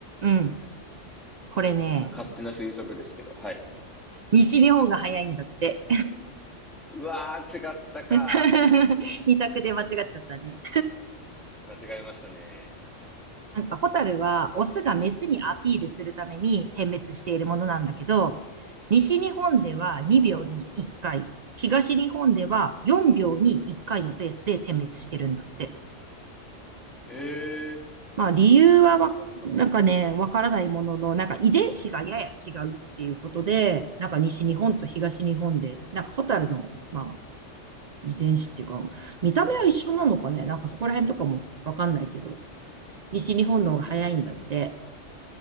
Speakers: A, on the right; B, in the centre.
A: うん。これね、
B: まあ勝手な推測ですけど、はい。
A: 西日本が早いんだって。
B: うわー、違ったか。
A: <laughs> 二択で間違っちゃったね。
B: 間違えましたね。
A: なんか、ホタルは、オスがメスにアピールするために点滅しているものなんだけど、西日本では2秒に1回、
B: あー。
A: 東日本では4秒に1回のペースで点滅してるんだって。
B: えー、
A: まあ、理由はわ、
B: 知らなかった。
A: なんかね、わからないものの、なんか遺伝子がやや違うっていうことで、なんか西日本と東日本で、なんかホタルの、まあ、遺伝子っていうか、見た目は一緒なのかねなんかそこら辺とかもわかんないけど、西日本の方が早いんだって。
B: うんうんうんうん。